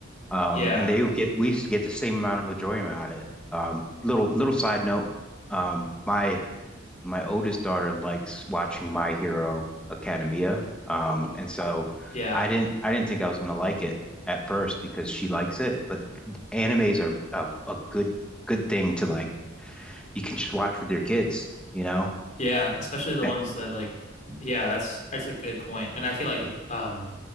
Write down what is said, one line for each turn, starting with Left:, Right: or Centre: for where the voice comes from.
Centre: Um,
Left: Yeah.
Centre: and they would get we used to get the same amount of enjoyment out of it. Um, little little side note, um, my my oldest daughter likes watching My Hero Academia. Um, and so
Left: Yeah.
Centre: I didn't I didn't think I was gonna like it at first because she likes it, but animes are a, a good good thing to like you can just watch with your kids, you know?
Left: Yeah, especially the
Centre: Eh,
Left: ones that like yeah, that's that's a good point. And I feel like a, um